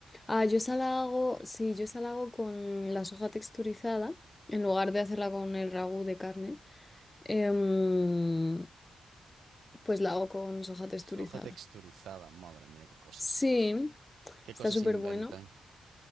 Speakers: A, on the left; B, on the right.
A: Ah, yo esa la hago, sí, yo esa la hago con la soja texturizada, en lugar de hacerla con el ragú de carne, em, pues la hago con soja texturizada.
B: Soja texturizada, madre mía, qué cosas.
A: Sí,
B: ¿Qué
A: está
B: cosas
A: súper
B: inventan?
A: bueno.